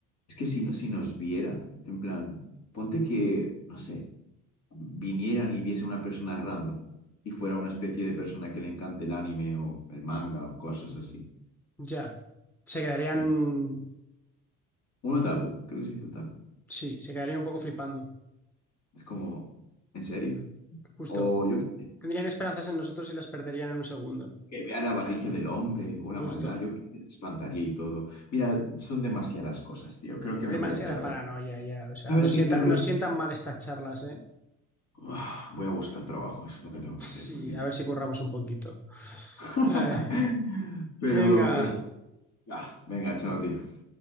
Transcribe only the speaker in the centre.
Ya. Se quedarían.
Sí, se quedarían un poco flipando.
Justo.
Tendrían esperanzas en nosotros y las perderían en un segundo.
Justo.
Demasiada
paranoia ya. O sea,
nos
sienta,
nos sientan mal estas charlas, ¿eh?
Sí,
a ver si curramos un poquito.
Eh,
venga.